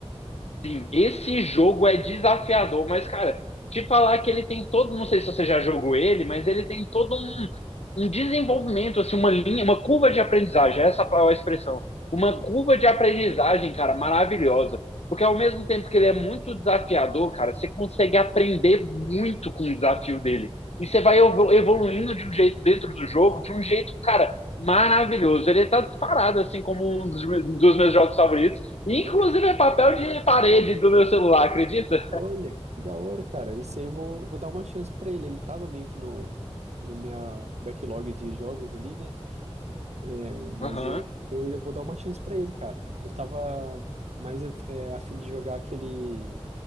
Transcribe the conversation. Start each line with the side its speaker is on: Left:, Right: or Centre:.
Left: Sim, esse jogo é desafiador, mas, cara, te falar que ele tem todo, não sei se você já jogou ele, mas ele tem todo um, um desenvolvimento, assim, uma linha, uma curva de aprendizagem, essa é a expressão. Uma
Right: Ei,
Left: curva de aprendizagem, cara, maravilhosa. Porque ao mesmo tempo que ele é muito desafiador, cara, você consegue aprender muito com o desafio dele. E você vai evo- evoluindo de um jeito dentro do jogo, de um jeito, cara, maravilhoso. Ele tá disparado, assim, como um dos, meus- dos meus jogos favoritos. Inclusive
Right: olha,
Left: é papel de parede do meu celular, acredita?
Right: olha, que da hora, cara. Esse aí eu vou, vou dar uma chance pra ele. Ele tava meio que no, no minha backlog de jogos ali, né? É, mas
Left: Aham.
Right: eu, eu ainda vou dar uma chance pra ele, cara. Eu tava mais é, a fim de jogar aquele